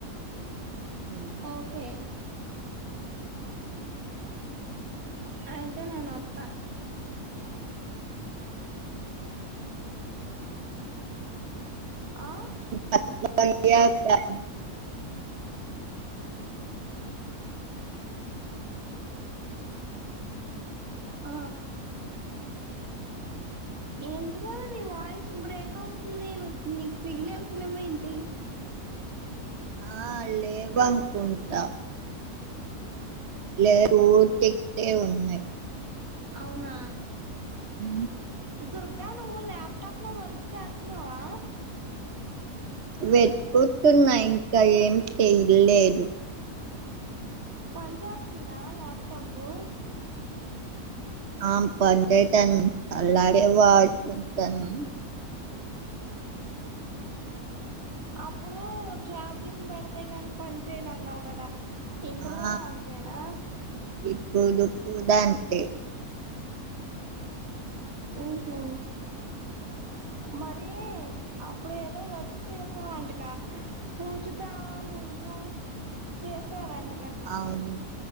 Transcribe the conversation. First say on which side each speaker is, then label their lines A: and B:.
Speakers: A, on the right (about 50°); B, on the right (about 65°).
A: ఉమ్.
B: ఓకే అయితే నేను అప్పా ఆ
A: భ కా
B: ఆ ఎంతకద నీ వాయిస్ బ్రేక్ అవుతుంది నేను నీకు సిగ్నల్స్ లేమోంటి
A: ఆ లేేవం కుంట లే ఊరతెక్తే ఉన్నాయి
B: అవునా
A: ఉ
B: దుర్గా నువ్వు ల్యాప్టాప్ లో వర్క్ చెత్తునవా
A: వెట్కుతున్నా ఇంకా ఏం తెయలేద్
B: పని చేస్తుందా ల్యాప్టాపు
A: ఆ పన్ చేతన్ అలాగే వాడుకుంటాన్ మ్
B: అప్పుడు ఛార్జింగ్ పెడతాయి కాని పని చేయద్ అన్నావు కదా ఇప్పుడు
A: ఆ
B: కూడా అంతేనా
A: ఇప్పుడు కుదా అంతే
B: ఊహు మరి అప్పుడు ఏదో వర్క్ చేసామంటకా పూజుతా నువ్వు చేసారన్
A: అవును